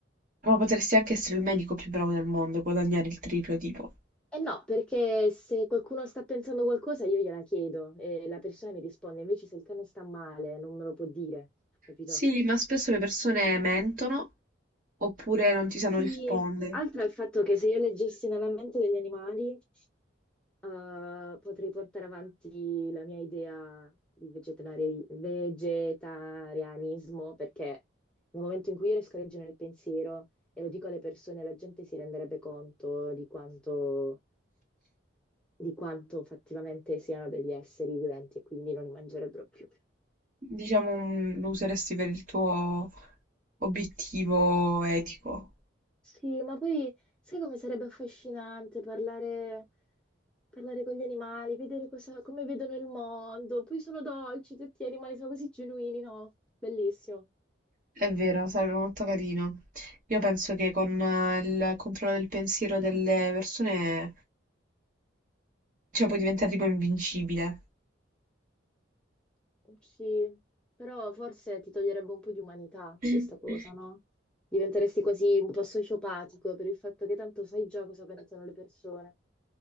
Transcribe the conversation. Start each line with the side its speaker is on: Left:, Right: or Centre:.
Right: Ma potresti anche essere il medico più bravo del mondo e guadagnare il triplo, tipo.
Centre: E no, perché se qualcuno sta pensando qualcosa io gliela chiedo e la persona mi risponde, invece se il cane sta male non me lo può dire, capito?
Right: Sì, ma spesso le persone mentono oppure non ti
Centre: Sì,
Right: sanno rispondere.
Centre: altro è il fatto che se io leggessi nella mente degli animali eh, potrei portare avanti la mia idea di vegetari- vegetarianismo perché nel momento in cui io riesco a leggere il pensiero e lo dico alle persone, la gente si renderebbe conto di quanto, di quanto fattivamente siano degli esseri viventi e quindi non li mangerebbero più.
Right: Diciamo, mm, lo useresti per il tuo obiettivo etico.
Centre: Sì, ma poi sai come sarebbe affascinante parlare, parlare con gli animali, vedere cosa- come vedono il mondo, poi sono dolci, tutti gli animali sono così genuini, no? Bellissimo.
Right: È vero, sarebbe molto carino. Io penso che con eh, il controllo del pensiero delle persone, cioè, puoi diventare tipo invincibile.
Centre: Sì, però forse ti toglierebbe un po' di umanità
Right: <clears throat>
Centre: questa cosa, no? Diventeresti quasi un po' sociopatico per il fatto che tanto sai già cosa pensano le persone.